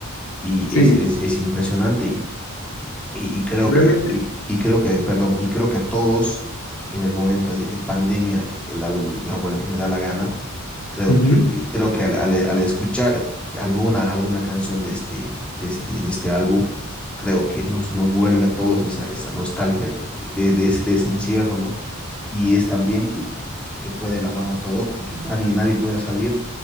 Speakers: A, in the centre; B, on the left (about 65°).
A: y
B: sí,
A: es, es, es impresionante y, y, y creo
B: obviamente.
A: que, y, y, creo que, perdón, y creo que a todos en el momento de, de pandemia, el, el, álbum Yo hago lo que me da la gana, creo
B: ujú,
A: que, eh, creo que al, al, al escuchar alguna, alguna canción de este, de este, de este álbum, creo que nos, nos vuelve a todos esa, esa nostalgia de, de, de, de ese encierro, ¿no? y es también que, que fue de la mano todo, con que nadie, nadie podía salir